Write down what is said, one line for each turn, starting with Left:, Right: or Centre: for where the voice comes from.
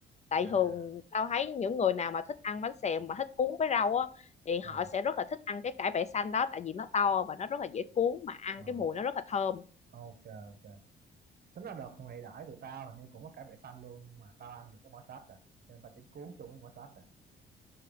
Left: tại
Right: à
Left: thường tao thấy những người nào mà thích ăn bánh xèo mà thích cuốn với rau á thì họ
Right: ờ,
Left: sẽ rất là thích ăn cái cải bẹ xanh đó tại vì nó to và nó rất là dễ cuốn mà ăn
Right: ờ,
Left: cái mùi nó rất là thơm
Right: ok ok tính là đợt mày đãi tụi tao hình như cũng có cải bẹ xanh luôn nhưng mà tao ăn được cái bỏ sát rồi cho nên tao chỉ cuốn chung với bỏ sát